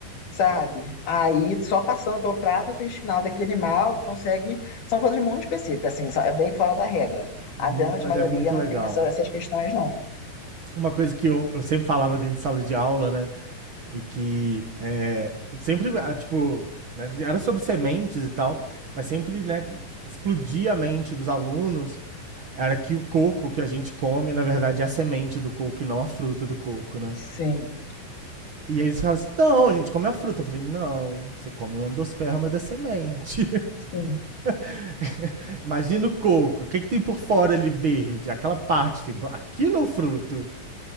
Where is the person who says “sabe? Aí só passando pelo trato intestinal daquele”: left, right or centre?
Left